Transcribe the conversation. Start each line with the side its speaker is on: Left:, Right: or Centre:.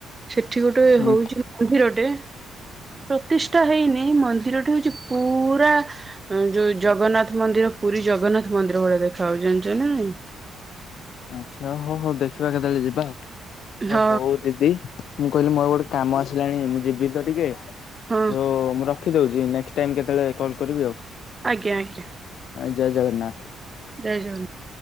Right: ସେଠି ଗୋଟେ
Left: ହୁଁ
Right: ହଉଛି ମନ୍ଦିରଟେ। ପ୍ରତିଷ୍ଠା ହେଇନି ମନ୍ଦିରଟି ହଉଛି ପୁରା ଉ, ଯୋଉ ଜଗନ୍ନାଥ ମନ୍ଦିର ପୁରୀ ଜଗନ୍ନାଥ ମନ୍ଦିର ଭଳିଆ ଦେଖା ହଉ ଜାଣିଚ ନା ନାଇଁ।
Left: ଆଚ୍ଛା ହଉ ହଉ ଦେଖିବା କେତେବେଳେ ଯିବା ଆଉ
Right: ହଁ
Left: ହଉ ହଉ। ଦିଦି ମୁଁ କହିଲି ମୋର ଗୋଟେ କାମ ଆସିଲାଣି ମୁଁ ଯିବି ତ ଟିକେ
Right: ହଁ
Left: ଯୋଉ ମୁଁ ର ଖିଦଉଛି ନେକ୍ସଟ୍ ଟାଇମ୍ କେତେବେଳେ କଲ୍ କରିବି ଆଉ।
Right: ଆଜ୍ଞା, ଆଜ୍ଞା।
Left: ଅ, ଜୟ ଜଗନ୍ନାଥ।
Right: ଜୟ ଜଗନ